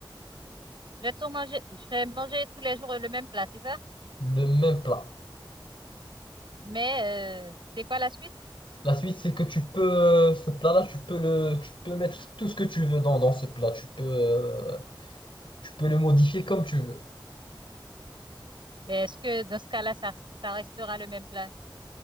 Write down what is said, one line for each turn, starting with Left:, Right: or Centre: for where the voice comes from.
Right: Je vais tout manger, je vais manger tous les jours le même plat, c'est ça?
Left: Le même plat.
Right: Mais euh, c'est quoi la suite?
Left: La suite, c'est que tu peux, euh, ce plat-là, tu peux le, tu peux mettre tout ce que tu veux dans, dans ce plat. Tu peux, euh, tu peux le modifier comme tu veux.
Right: Mais Est-ce que dans ce cas-là, ça, ça restera le même plat?